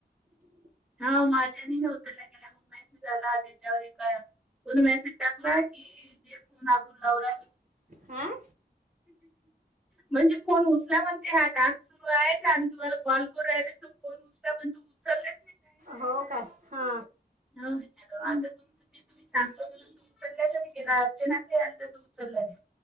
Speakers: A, in the centre; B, on the right.
A: हा माझ्यानी नव्हतं उचलला गेला. मेसेज आला त्याच्यावर एक कोन मेसेज टाकला की जे फोन आपण लवला
B: आं?
A: म्हणजे फोन उचलाव ते हा टास्क सुरू आहे आम्ही तुम्हाला कॉल करू रायले तो फोन उचला पण तू फोन उचलले
B: हो काय? हा.
A: हव विचारू आज तुमच? तुम्ही सांगल म्हणून तू उचलल्या तरी गेला अर्जनाताई आलत्या तू उचलला नाही.